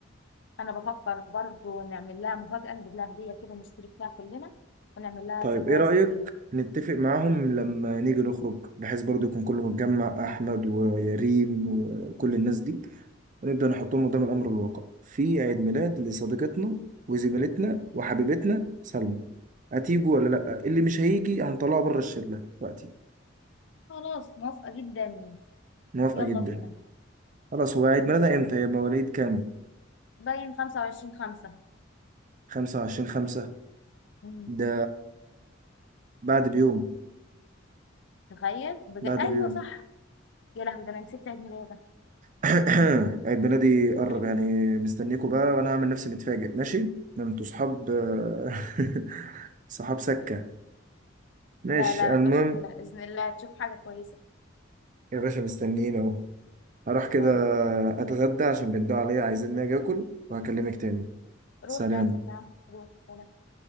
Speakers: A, on the left (about 60°); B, on the right (about 40°).
A: انا بفكر برضو نعمل لها مفاجأة نجيب لها هدية كده نشترك فيها كلنا ونعمل لها
B: طيب
A: سربرايز
B: ايه رأيك
A: كبيرة
B: نتفق معاهم لما نيجي نخرج بحيث برضو يكون كله متجمع احمد ويريم وكل الناس دي ونبدأ نحطهم قدام الامر الواقع في عيد ميلاد لصديقتنا وزميلتنا وحبيبتنا سلمى هتيجوا ولا لا اللي مش هيجي هنطلعه بره الشلة وقتي
A: خلاص موافقة جدا
B: موافقة
A: يلا
B: جدا
A: بينا
B: خلاص هو عيد ميلادها
A: صون
B: امتى يبقى مواليد كام
A: باين خمسة وعشرين خمسة
B: 25 5
A: مم.
B: ده بعد بيوم
A: تخيل بج...
B: بعد
A: أيوة
B: بيوم
A: صح يا لهوي ده أنا نسيت عيد ميلادك
B: <coughs> <clears throat> البنادق دي قرب
A: <laughs>
B: يعني مستنيكوا بقى وانا هعمل نفسي متفاجئ ماشي ده انتوا صحاب <laughs> صحاب سكة ماشي
A: لا لا ما
B: المهم
A: تقولش كده بإذن الله تشوف حاجة كويسة
B: يا باشا مستنيين اهو هروح كده
A: صون
B: اتغدى عشان بندوا عليا عايزين اجي اكل وهكلمك تاني
A: روح
B: سلام
A: لعيلتك يا عم روح سلام